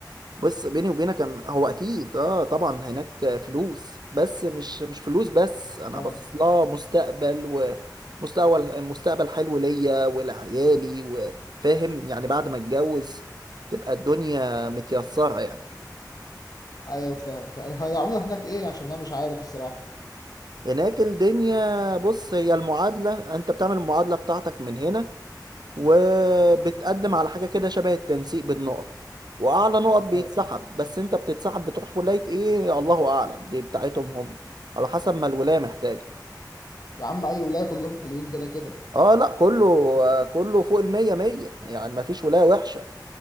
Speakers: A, on the right (about 65°); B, on the left (about 55°).
A: بص بيني وبينك أم- هو اكيد اه طبعا هناك فلوس بس مش مش فلوس بس انا
B: اه
A: باصص لها مستقبل ومستقبل مستقبل حلو ليا ولعيالي وفاهم يعني بعد ما اتجوز تبقى الدنيا متيسرة يعني
B: ايوه فاهم فهي عاملة هناك ايه عشان انا مش عارف الصراحة
A: هناك الدنيا بص هي المعادلة انت بتعمل المعادلة بتاعتك من هنا وبتقدم على حاجة كده شبه التنسيق بالنقط وأعلى نقط بيتسحب
B: أيوة.
A: بس أنت بتتسحب بتروح ولاية إيه الله أعلم دي بتاعتهم هم على حسب ما الولاية محتاجة
B: يا عم اي ولاية كلهم حلوين كده كده
A: اه لا كله آه، كله فوق المية مية يعني مفيش ولاية وحشة